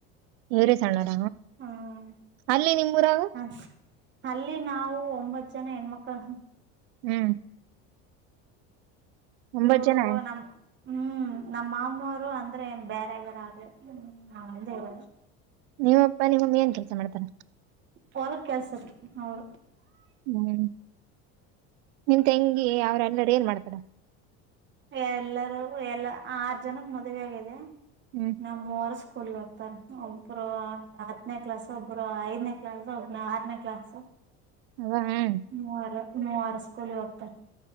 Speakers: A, on the right; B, on the right.
A: ಇವರೇ ಸಣ್ಣರ.
B: ಹ್ಮ್
A: ಅಲ್ಲಿ ನಿಮ್ಮೂರಾಗ?
B: ಹ ಅಲ್ಲಿ ನಾವು ಒಂಬತ್ತು ಜನ ಹೆಣ್ಮಕ್ಳ
A: ಹ್ಮ್ ಒಂಬತ್
B: ಚೂರು
A: ಜನ
B: ನಮ್ ಹ್ಮ್ ನಮ್ಮ ಮಾಮ್ಮರು ಅಂದ್ರೆ ಬೇರೆಗಾರ ಆ್ರಂದ ಇರ
A: ನಮ್ ಅಪ್ಪಾ ನಿಮ್ ಮಮ್ಮಿ ಏನ್ ಕೆಲಸ ಮಾಡ್ತಾರ?
B: ಹೋಲಕ್ ಕೆಲ್ಸಕೆ ಅವರು
A: ಹ್ಮ್. ನಿಮ್ ತೆಂಗಿ ಅವ್ರ ಎಲ್ಲರ ಏನ್ ಮಾಡ್ತಾರ?
B: ಎಲ್ಲರೂ ಎಲ್ಲ ಆರ್ ಜನಕ್ ಮದ್ವೆ ಆಗಿದೆ.
A: ಹ್ಮ್
B: ನಾವ್ ಮೂವರು ಸ್ಕೂಲಿಗೆ ಹೋಗ್ತಾರೆ. ಒಬ್ರು ಹತ್ತನೇ ಕ್ಲಾಸ್ ಒಬ್ರು ಐದನೇ ಕ್ಲಾಸ್. ಆರನೇ ಕ್ಲಾಸ್.
A: ಹ್ಮ್
B: ಮುವಾರು ಮುವಾರು ಸ್ಕೂಲಿ ಹೋಗ್ತರ